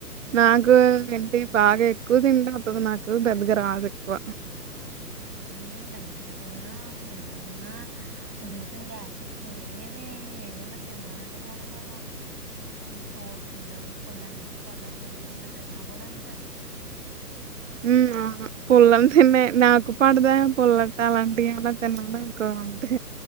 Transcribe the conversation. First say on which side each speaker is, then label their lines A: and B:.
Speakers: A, on the right; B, on the right.
A: నాకు ఏంటి బాగా ఎక్కువ తింటే వస్తాది నాకు పెద్దగా రాదు ఎక్కువ
B: నేను లైట్ గా తిన్నా అసలు ఏదన్నా కొంచెం గ్యాస్ట్రిక్ పెరిగేది ఏదన్నా తిన్నానంటే చాలే బాబా ఈ సోర్ ఫుడ్ పుల్లని పదార్థాలు ఏయన్నా తిన్నా కూడా అంతే
A: హ్మ్మ్ ఆవును పులం తిన్నె నాకు పడదే పుల్లట్టు అలాంటివినా తిన్నానుకో అంటే